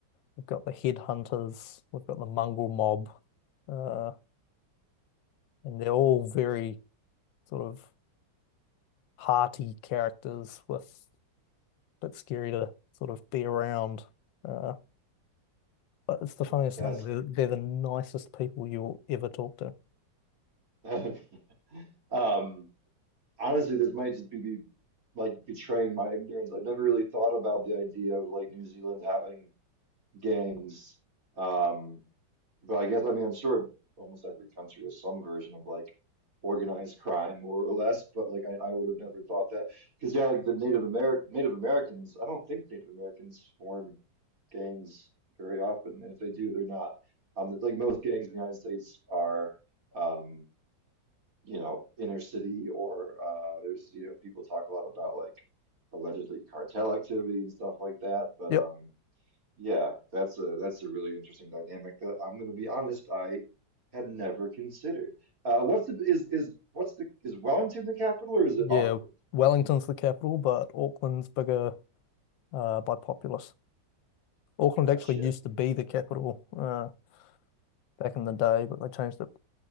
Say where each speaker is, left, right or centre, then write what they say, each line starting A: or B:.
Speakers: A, on the left; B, on the right.
A: We've got the headhunters, we've got the mongrel mob, uh, and they're all very sort of hearty characters with a bit scary to sort of be around. Uh, but it's the funniest
B: That's
A: thing. They're, they're the nicest people you'll ever talk to.
B: <laughs> um honestly this might just be, be like betraying my ignorance. I've never really thought about the idea of like New Zealand having gangs. Um, but I guess, I mean, I'm sure almost every country has some version of like organized crime, more or less. But like, I, I would have never thought that because yeah, like the Native American Native Americans, I don't think Native Americans form gangs very often. And if they do, they're not um like most gangs in the United States are um you know inner city or uh there's you know people talk a lot about like allegedly cartel activity and stuff like that. But
A: Yep.
B: um yeah, that's a that's a really interesting dynamic that I'm going to be honest, I had never considered. Uh, what's the is is what's the is Wellington the capital or is
A: Yeah.
B: it Auckland?
A: Wellington's the capital, but Auckland's bigger, uh, by populace. Auckland
B: Gotcha,
A: actually used to be the capital uh, back in the day, but they changed it